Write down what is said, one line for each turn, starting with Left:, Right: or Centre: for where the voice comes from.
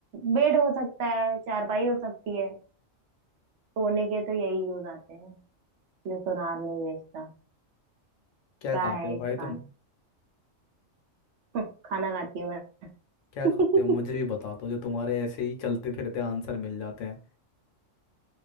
Right: बेड हो सकता है चारपाई हो सकती है सोने के तो यही यूज आते हैं जो सुनार नहीं बेचता
Left: क्या
Right: क्या
Left: खाते
Right: है
Left: हो भाई
Right: इसका
Left: तुम
Right: <laughs> खाना खाती हूँ मैं
Left: क्या
Right: <laughs>
Left: खाते हो मुझे भी बता दो जो तुम्हारे ऐसे ही चलते फिरते आंसर मिल जाते हैं